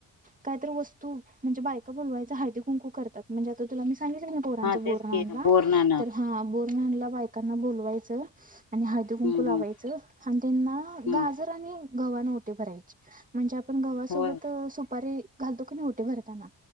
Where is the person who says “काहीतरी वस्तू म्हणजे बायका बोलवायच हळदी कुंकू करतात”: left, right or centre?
Right